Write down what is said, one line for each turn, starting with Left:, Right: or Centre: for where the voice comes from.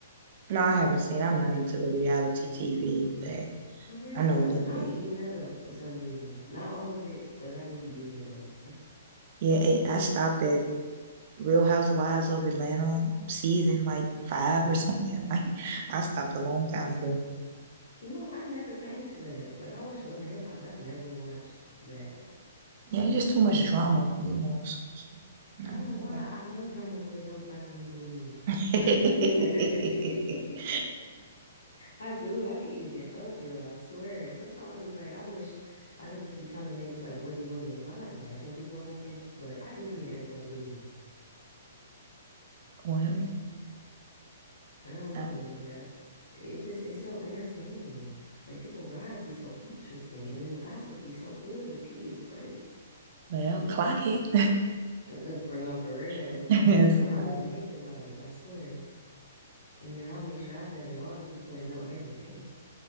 Right: No, I haven't seen. I'm not into the reality TV, but
Left: For real,
Right: I know
Left: girl,
Right: a
Left: I
Right: little
Left: be I
Right: bit.
Left: be eating that up for some reason. Not all of it, but I do be eating it up.
Right: Yeah, eh, I stopped at Real Housewives of Atlanta season like five or something. <laughs> Like I stopped a long time ago.
Left: You know, I never got into that. Like I watched Love and Hip Hop, but I've never watched that.
Right: Yeah, it's just too much drama, you know. So, so
Left: I
Right: I
Left: don't know why.
Right: don't got time.
Left: I love drama when it don't got nothing to do with me.
Right: <laughs>
Left: <laughs> I do. I be eating it up, girl. I swear. Sometimes I be like, I wish I could just become the next like Wendy Williams. Not like bashing people or nothing, but I do be in everybody business.
Right: Well,
Left: I don't know,
Right: uh,
Left: like uh, it just it's so entertaining. Like people's lives be so interesting, and then the gossip be so good. The tea is great.
Right: well, clock it.
Left: Uh, uh, for no, for real,
Right: <laughs>
Left: for real. I'm
Right: so,
Left: really thinking about it. I swear. And then I'll make sure I gather all the people that know everything.